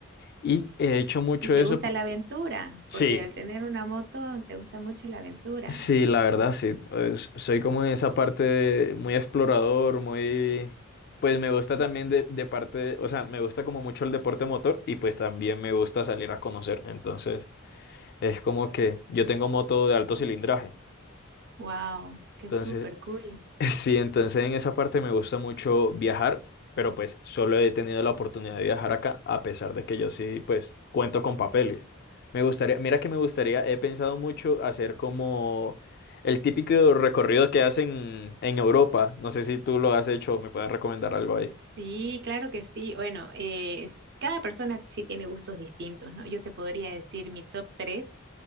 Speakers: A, on the left; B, on the right.
A: Y he hecho mucho
B: ¿Y te
A: eso.
B: gusta
A: p-
B: la aventura?
A: Sí.
B: Porque al tener una moto te gusta mucho la aventura.
A: Sí, la verdad, sí. Es- soy como en esa parte de- muy explorador, muy... Pues me gusta también de, de parte, o sea, me gusta como mucho el deporte motor y pues también me gusta salir a conocer. Entonces, es como que yo tengo moto de alto cilindraje.
B: Wow, qué
A: Entonces,
B: súper cool.
A: <laughs> Sí, entonces en esa parte me gusta mucho viajar, pero pues solo he tenido la oportunidad de viajar acá, a pesar de que yo sí, pues cuento con papeles. Me gustaría, mira que me gustaría, he pensado mucho hacer como el típico recorrido que hacen en Europa. No sé si tú lo has hecho o me puedes recomendar algo ahí.
B: Sí, claro que sí. Bueno, eh, s- cada persona sí tiene gustos distintos, ¿no? Yo te podría decir mi top 3,